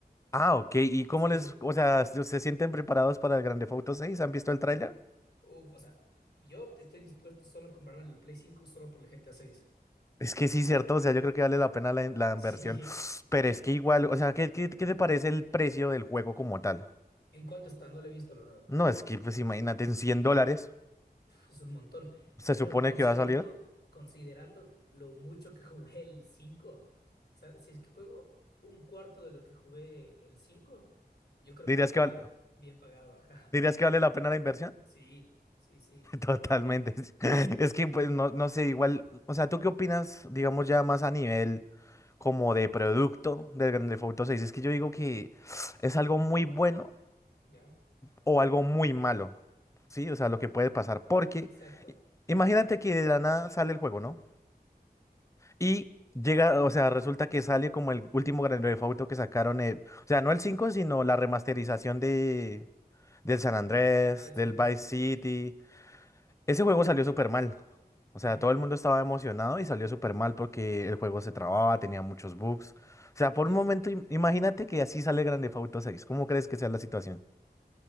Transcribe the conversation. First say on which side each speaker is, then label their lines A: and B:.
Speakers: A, on the left; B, on the left.
A: Ah, ok. ¿Y cómo
B: Sí.
A: les, o sea, se se sienten preparados para el Grand Theft Auto 6? ¿Han visto el tráiler?
B: Uf, o sea, yo estoy dispuesto solo a comprarme el Play 5 solo por el GTA 6.
A: Es que sí, cierto. O sea, yo creo que vale la pena la, in- la
B: <laughs> Sí.
A: inversión. <sniffs> Pero es que igual, o sea, ¿qué, qué, qué te parece el precio del juego como tal?
B: ¿En cuánto está? No lo he visto, la verdad.
A: No, es que, pues imagínate, en 100 dólares
B: Uf, Es un montón.
A: se
B: Pero
A: supone
B: considerando,
A: que va a salir.
B: considerando lo mucho que <laughs> jugué el 5, o sea, si es que juego un cuarto de lo que jugué el 5, yo creo
A: ¿Dirías
B: que está
A: que, val-
B: bien pagado, <laughs> ajá.
A: ¿Dirías que vale la pena la inversión?
B: Sí, sí, sí.
A: <laughs> Totalmente. Es es que pues no, no sé, igual, o sea, ¿tú qué opinas, digamos ya más a nivel como de producto del Grand Theft Auto seis Es que yo digo que es algo muy bueno
B: ¿Ya?
A: o algo muy malo, ¿sí? O sea, lo que puede pasar, porque
B: Exacto.
A: i- imagínate que de la nada sale el juego, ¿no? Y llega, o sea, resulta que sale como el último Grand Theft Auto que sacaron, el, o sea, no el 5 sino la remasterización de, del
B: ¿Del
A: San
B: cuatro.
A: Andrés,
B: Ah, del San
A: del
B: Andrés.
A: Vice City.
B: Ok.
A: Ese juego salió súper mal. O
B: Ujú,
A: sea, todo el mundo estaba emocionado y salió súper mal porque el juego se trababa, tenía muchos bugs. O sea, por
B: Ya.
A: un momento, im- imagínate que así sale Grand Theft Auto 6. ¿Cómo crees que sea la situación? <laughs>